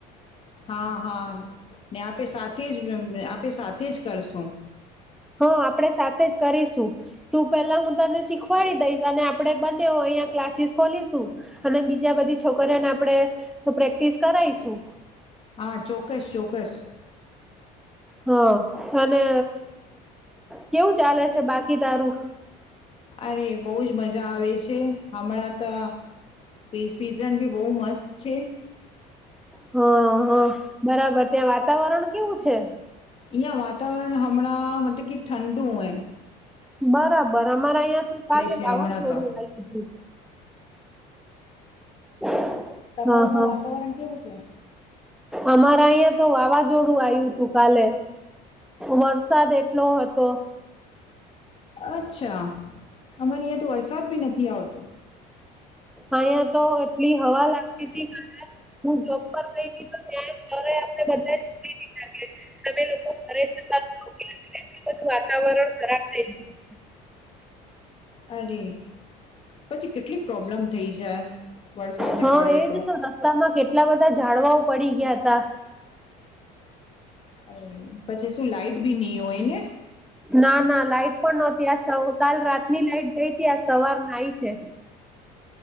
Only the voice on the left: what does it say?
હા હા. ને આપે સાથે જ આપે સાથે જ. કરશું
હા ચોક્કસ ચોક્કસ
અરે બઉુજ મજા મજા આવે છે હમણાં તો સી સીઝન બી બહુ મસ્ત પી છે.
અહીંયા વાતાવરણ હમણાં મતલબ કે ઠંડુ એ.
છે
હમણાં તો
તમારુંમાં
વાતાવરણ કેવું છે?
અચ્છા અમારે અહં તો વરસાદ ભી નથી આવતો.
અરે પછી કેટલી પ્રોબ્લેમ થઈ જાય વરસાદને
પડે
અ પછી શું લાઈટ ભી નહી હોયને.